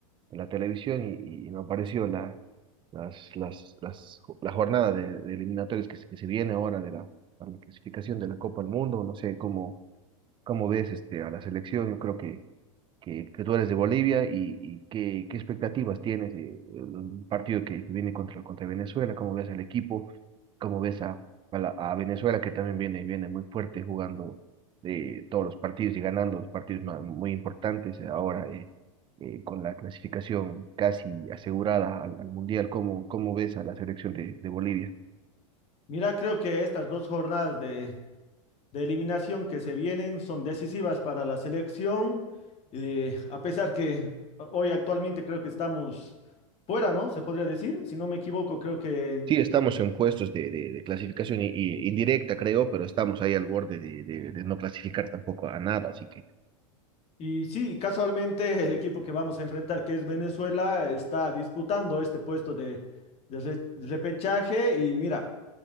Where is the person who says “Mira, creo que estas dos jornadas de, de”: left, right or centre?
Left